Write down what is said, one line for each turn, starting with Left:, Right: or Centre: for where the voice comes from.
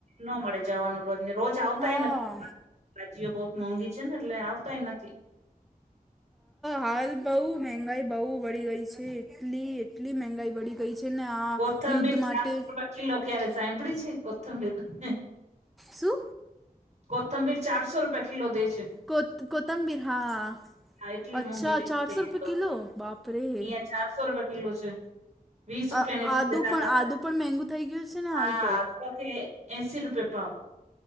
Right: ન મળે જવાનું રોજને રોજ આવતાય
Centre: હા
Right: નથી ભાજીઓ બહોત મોંઘી છે ને એટલે આવતાય નથી.
Centre: હાલ બઉ મેહગાઈ બહ વળી ગઈ છે. એટલી એટલી મહેંગાઈ વળી. ગઈ છેને, આ
Right: કોથંબીર
Centre: યુદ્ધ માટે
Right: ચારસો રૂપિયા કિલો ક્યારે સાંભળી છે, કોથમબી
Centre: શું
Right: કોથમબીર ચારસો રૂપિયા કલો દઈ છે.
Centre: કો કોતંબીર હા
Right: હા એટલી
Centre: અચ્છા
Right: મોંઘી થ
Centre: ચારસો
Right: ગ
Centre: રૂપિયા
Right: તો,
Centre: કિલો બાપરે
Right: અહં ચારસો રૂપિયા કિલો છે. વીસ
Centre: આદુ
Right: રૂપિયાને એટલી ગ્રાક
Centre: પણ
Right: આપ
Centre: આદુ પણ મહેંગું થઈ ગયું છે ને
Right: હા
Centre: હાલ તો
Right: એસી રૂપિયા પાાવ.